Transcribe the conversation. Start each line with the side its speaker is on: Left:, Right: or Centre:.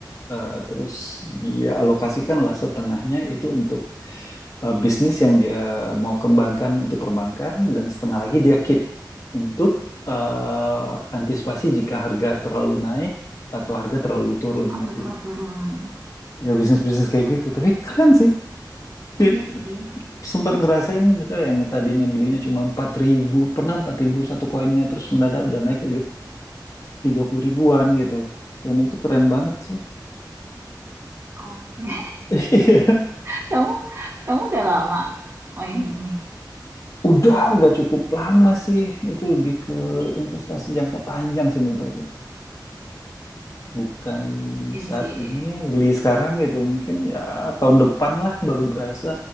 Left: eh, terus dia alokasikan lah setengahnya itu untuk eh, bisnis yang dia mau kembangkan untuk perbankan dan setengah lagi dia keep untuk eh, antisipasi jika harga terlalu naik atau harga terlalu turun
Right: atau
Left: nanti.
Right: teratur ulang.
Left: Ya bisnis-bisnis kayak
Right: Oke.
Left: gitu. Tapi keren sih. Ya,
Right: Iya sih.
Left: Sempat ngerasain misalnya yang tadinya belinya cuma 4.000, pernah 4.000 satu koinnya terus mendadak udah naik tiga puluh ribuan gitu. Dan itu keren banget sih.
Right: Oke.
Left: <laughs>
Right: <laughs> Kamu kamu udah lama main ini.
Left: Udah, udah cukup lama sih. Itu lebih ke investasi jangka panjang sih menurut aku. Bukan
Right: Iya
Left: saat
Right: sih.
Left: ini beli sekarang gitu. Mungkin ya tahun depan lah baru berasa